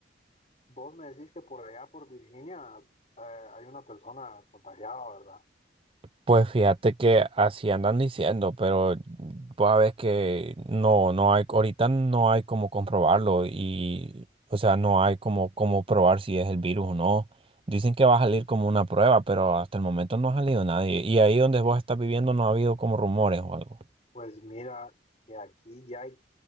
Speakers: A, on the left; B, on the right.
A: vos me decís que por allá, por Virginia, eh, hay una persona contagiada, ¿verdad?
B: Pues fíjate que así andan diciendo, pero pues a ver que no, no hay, ahorita no hay como comprobarlo y, o sea, no hay como, como probar si es el virus o no. Dicen que va a salir como una prueba, pero hasta el momento no ha salido nadie. Y ahí donde vos estás viviendo no ha habido como rumores o algo.
A: Pues mira, que aquí ya hay